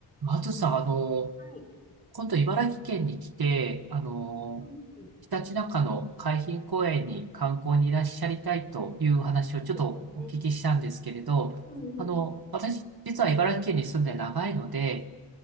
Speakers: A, on the right; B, on the left.
A: あずさん、あの、
B: はい。
A: 今度茨城県に来て、あの、
B: うんうん。
A: ひたちなかの海浜公園に観光にいらっしゃりたいという話をちょっとお聞きしたんですけれど、
B: そうですよね。うんうん。
A: あの、私、実は茨城県に住んで長いので、